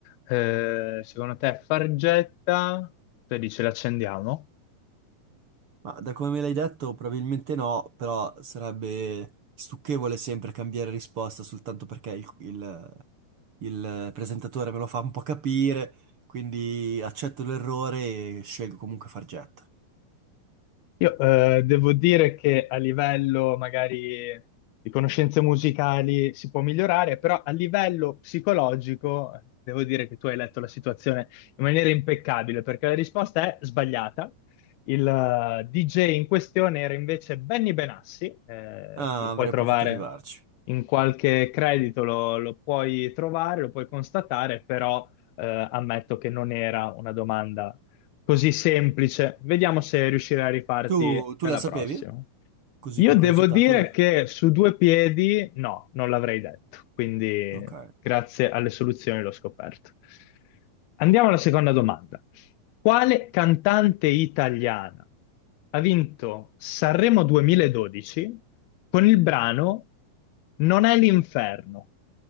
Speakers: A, on the left (about 85°); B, on the right (about 45°).
A: eh, secondo te è Fargetta, te dici l'accendiamo?
B: Ma da come me l'hai detto probabilmente no, però sarebbe stucchevole sempre cambiare risposta soltanto perché il, il il presentatore me lo fa un po' capire, quindi accetto l'errore e scelgo comunque Fargetta.
A: Io eh, devo dire che a livello magari di conoscenze musicali si può migliorare, però a livello psicologico eh, devo dire che tu hai letto la situazione in maniera impeccabile, perché la risposta è sbagliata. Il eh, DJ in questione era invece Benny Benassi, eh,
B: Ah,
A: lo puoi
B: avrei
A: trovare
B: potuto arrivarci.
A: in qualche credito, lo, lo puoi trovare, lo puoi constatare, però eh, ammetto che non era una domanda così semplice. Vediamo se riuscirai a rifarti
B: Tu, tu
A: nella
B: la sapevi?
A: prossima.
B: Così
A: Io
B: per
A: devo
B: curiosità,
A: dire
B: tu lo...
A: che su due piedi no, non l'avrei detto, quindi
B: Ok.
A: grazie alle soluzioni l'ho scoperto. Andiamo alla seconda domanda. Quale cantante italiana ha vinto Sanremo 2012 con il brano Non è l'inferno?